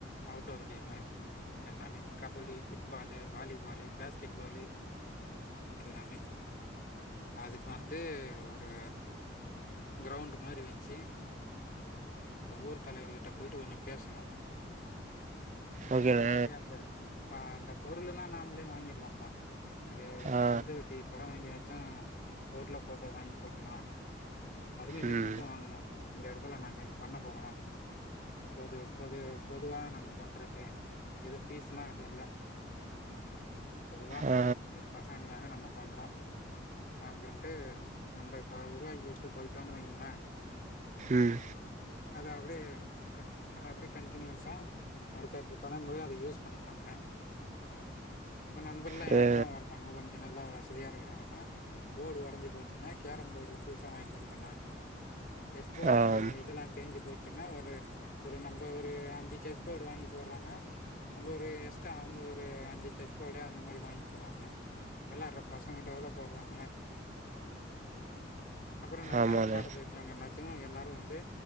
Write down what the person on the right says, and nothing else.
ஓகேண்ணே
ஆ
ம்
ஆ
ம்
சரிண்ணே
ஆ
ம்
ஆமாண்ணே